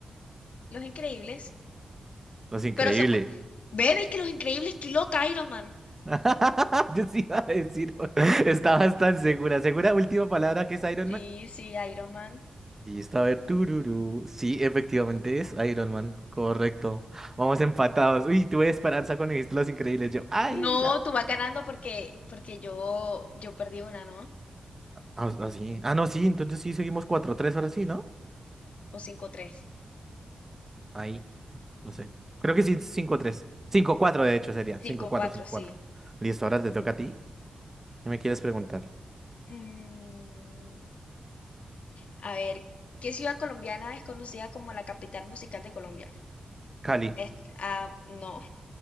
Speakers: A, on the left; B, on the right.
A: Los Increíbles.
B: Los Increíbles.
A: Pero se puede. Ve, ve que Los Increíbles pilota Iron Man.
B: <laughs> Yo sí iba a decir, <laughs> estaba tan segura. ¿Segura? Última palabra que es Iron
A: Sí,
B: Man.
A: sí, Iron Man.
B: Listo, a ver, tururú. Sí, efectivamente es Iron Man, correcto. Vamos empatados. Uy, tuve esperanza cuando dijiste Los Increíbles. Yo, ay,
A: No,
B: la...
A: tú vas ganando porque, porque yo, yo perdí una, ¿no?
B: Ah, ah, sí. Ah, no, sí, entonces sí, seguimos cuatro tres ahora sí, ¿no?
A: O cinco tres,
B: Ahí, no sé. Creo que sí, cinco tres cinco cuatro de hecho, sería.
A: cinco
B: cinco cuatro
A: cuatro,
B: cinco
A: sí.
B: cuatro Listo, ahora te toca a ti. ¿Qué me quieres preguntar?
A: Mm, a ver, ¿qué ciudad colombiana es conocida como la capital musical de Colombia?
B: Cali.
A: Est- ah, no.